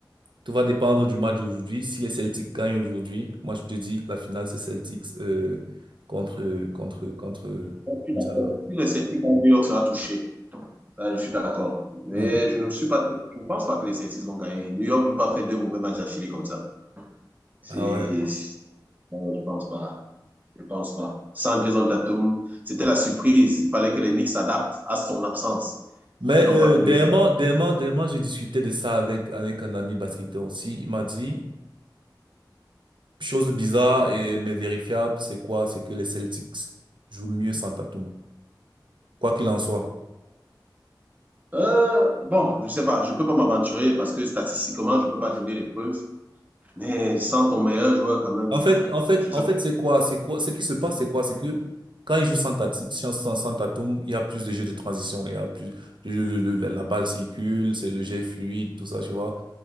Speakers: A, on the right (about 80°); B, on the right (about 20°).
A: tout va dépendre du match aujourd'hui. Si les Celtics gagnent aujourd'hui, moi, je te dis que la finale, c'est Celtics euh, contre, contre, contre euh,
B: Je suis
A: Indiana.
B: d'accord. Si les Celtics gagnent, New York sera touché. Ça, je suis d'accord. Mais
A: Mm.
B: je ne suis pas, je ne pense pas que les Celtics vont gagner. New York ne peut pas faire deux mauvais matchs d'affilée comme ça. C'est,
A: Ah ouais.
B: non, je pense pas. Je ne pense pas. Sans en Tatum, c'était la surprise. Il fallait que les Knicks s'adaptent à son absence.
A: Mais
B: Ils n'ont
A: euh,
B: pas pu
A: dernièrement,
B: le faire.
A: dernièrement, dernièrement, j'ai discuté de ça avec, avec un ami basketteur aussi. Il m'a dit, chose bizarre et mais vérifiable, c'est quoi? C'est que les Celtics jouent mieux sans Tatum. Quoi qu'il en soit.
B: Euh, bon, je ne sais pas, je ne peux pas m'aventurer parce que statistiquement, je ne peux pas donner les preuves. Mais sans ton meilleur joueur, quand même,
A: En fait,
B: <laughs>
A: en fait,
B: je sais
A: en fait,
B: pas.
A: c'est quoi? C'est quoi? Ce qui se passe, c'est quoi? C'est que quand ils jouent sans, tat- sans, sans- sans Tatum, il y a plus de jeux de transition, il y a plus le- le- le- la, la balle circule, c'est le jet est fluide, tout ça, tu vois.